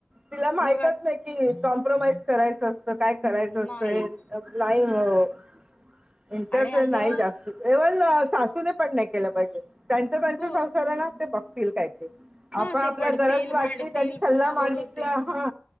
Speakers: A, on the right (about 20°); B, on the left (about 35°).
A: तिला माहितच
B: मग आ
A: नाही कि कॉम्प्रोमाइज करायचं असतं, काय करायचं
B: नाही
A: असतं, हे नाही लाईव्ह इंटर
B: आणि
A: तर
B: आता
A: नाही जास्त एव्हन सासूने पण नाही केलं पाहिजे. त्यांचं त्यांच
B: हो
A: संसारण ते बघतील काय तरी
B: हा
A: आपण आपल्या
B: ते पडतील
A: गरज वाटली
B: भांडतील
A: त्यांनी
B: पुन्हा
A: सल्ला मागितला
B: गोड होतील
A: हा